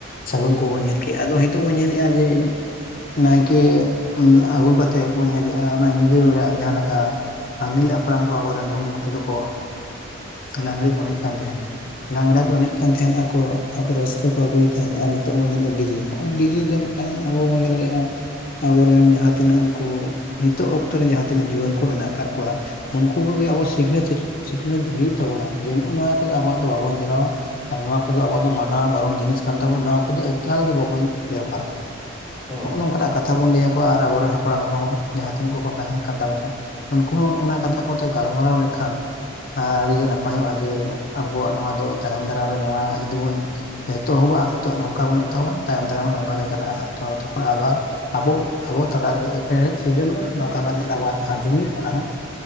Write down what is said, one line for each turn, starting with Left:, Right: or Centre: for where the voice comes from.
Left: ᱥᱟᱹᱜᱩᱱ
Right: ᱦᱳᱭ
Left: ᱠᱚᱵᱚᱱ
Right: ᱦᱳᱭ
Left: ᱧᱮᱞ ᱾ ᱮ ᱟᱫᱚ ᱦᱮᱛᱚᱜ ᱵᱚᱱ ᱧᱮᱞᱮᱜᱼᱟ ᱡᱮ, ᱱᱟᱭᱠᱮ ᱟᱹᱜᱩ ᱠᱟᱛᱮᱫ ᱵᱚᱱ ᱧᱮᱞᱮᱜᱼᱟ ᱚᱱᱟ ᱧᱤᱫᱟᱹ ᱵᱮᱲᱟ ᱡᱟᱦᱟᱸ ᱞᱮᱠᱟ, ᱟᱹᱜᱤᱞ ᱦᱟᱯᱲᱟᱢ ᱠᱚ ᱟᱵᱚᱨᱮᱱ ᱫᱚ ᱩᱱᱠᱩ ᱠᱚ ᱫᱚ ᱠᱚ ᱞᱟᱜᱽᱲᱮ ᱠᱚ ᱮᱱᱮᱡ, ᱠᱟᱱ ᱛᱟᱦᱮᱸᱫ ᱞᱟᱜᱽᱲᱮ
Right: ᱦᱳᱭ
Left: ᱠᱚ ᱮᱱᱮᱡ ᱠᱟᱱ ᱠᱟᱱ ᱛᱟᱦᱮᱸᱱ ᱟᱠᱚ ᱟᱠᱚ ᱨᱟᱹᱥᱠᱟᱹ ᱠᱚ ᱟᱹᱜᱩᱭᱮᱫ ᱛᱟᱦᱮᱸᱫ ᱟᱨ ᱱᱤᱛᱚᱜ ᱵᱚᱱ ᱧᱮᱞᱮᱫᱼᱟ ᱰᱤᱡᱮ ᱦᱚᱸᱜ ᱰᱤᱡᱮ ᱫᱚ <unintelligible> ᱟᱵᱚ ᱵᱚᱱ ᱞᱟᱭ ᱫᱟᱲᱮᱭᱟᱜᱼᱟ, ᱟᱵᱚᱨᱮᱱ ᱡᱟᱦᱟᱸ ᱛᱤᱱᱟᱹᱜ ᱩᱱᱠᱩ ᱱᱤᱛᱚᱜ ᱚᱠᱛᱚ ᱨᱮ ᱡᱟᱦᱟᱸ ᱛᱤᱱᱟᱹᱜ ᱡᱩᱣᱟᱹᱱ ᱠᱚ ᱢᱮᱱᱟᱜ ᱟᱠᱟᱫ ᱠᱚᱣᱟ, ᱩᱱᱠᱩ ᱠᱚᱜᱮ ᱟᱵᱚ ᱥᱤᱠᱷᱱᱟᱹᱛ, ᱥᱤᱠᱷᱱᱟᱹᱛ ᱦᱩᱭᱩᱜ ᱛᱟᱵᱚᱱᱟ ᱡᱮ ᱱᱚᱜᱚᱭ ᱱᱚᱣᱟ ᱠᱚᱫᱚ ᱟᱵᱚᱣᱟᱜ ᱫᱚ ᱵᱟᱵᱚᱱ ᱪᱟᱞᱟᱣᱟ ᱱᱚᱣᱟ ᱠᱚᱫᱚ ᱟᱵᱚ ᱫᱚ ᱢᱟᱱᱟ ᱵᱟᱨᱚᱱ ᱡᱤᱱᱤᱥ ᱠᱟᱱ ᱛᱟᱵᱚᱱᱟ ᱱᱚᱣᱟ ᱠᱚᱫᱚ ᱮᱠᱟᱞᱜᱮ ᱵᱟᱵᱚᱱ ᱵᱮᱵᱚᱦᱟᱨᱟ
Right: ᱦᱳᱭ
Left: ᱦᱚᱜᱼᱚᱭ ᱱᱚᱝᱠᱟᱱᱟᱜ ᱠᱟᱛᱷᱟ ᱵᱚᱱ ᱞᱟᱹᱭᱟᱠᱚᱣᱟ ᱟᱨ ᱟᱵᱚᱨᱮᱱ ᱦᱟᱯᱲᱟᱢ ᱠᱚᱦᱚᱸ ᱡᱟᱦᱟᱸ ᱛᱤᱱᱟᱹᱜ ᱠᱚᱠᱚ ᱛᱟᱦᱮᱱ ᱠᱟᱱ ᱛᱟᱵᱚᱱᱟ ᱩᱱᱠᱩ ᱦᱚᱸ ᱚᱱᱟ ᱠᱟᱛᱷᱟ ᱠᱚᱛᱮ ᱜᱟᱞᱢᱟᱨᱟᱣ ᱞᱮᱠᱷᱟᱱ ᱟᱰᱤᱜᱮ ᱱᱟᱯᱟᱭᱚᱜ-ᱟ ᱡᱮ ᱟᱵᱚᱣᱟᱜ ᱱᱚᱣᱟ ᱫᱚ ᱛᱟᱭᱚᱢ ᱫᱟᱨᱟᱢ ᱨᱮ ᱱᱚᱣᱟ ᱡᱩᱫᱤ ᱵᱚᱱ ᱮᱛᱚᱦᱚᱵᱟ ᱱᱤᱛᱚᱜ ᱱᱚᱝᱠᱟ ᱵᱚᱱ ᱮᱛᱚᱦᱚᱵᱟ ᱛᱟᱭᱚᱢ ᱫᱟᱨᱟᱢ ᱦᱚᱸ ᱱᱚᱝᱠᱟ ᱜᱮ ᱪᱟᱞᱟᱜᱼᱟ ᱦᱟᱸᱜ ᱛᱷᱚᱲᱟ ᱛᱚᱠᱷᱚᱱ ᱟᱵᱟᱨ ᱟᱵᱚ ᱟᱵᱚ ᱛᱟᱞᱟ ᱨᱮᱜᱮ ᱮᱯᱮᱲᱦᱮᱸᱰᱮᱡ ᱥᱤᱨᱡᱚᱱᱚᱜᱼᱟ ᱱᱚᱝᱠᱟ ᱟᱵᱚᱣᱟᱜ ᱡᱟᱦᱟᱸ ᱡᱩᱢᱤᱫ ᱚᱱᱟ ᱦᱚᱸ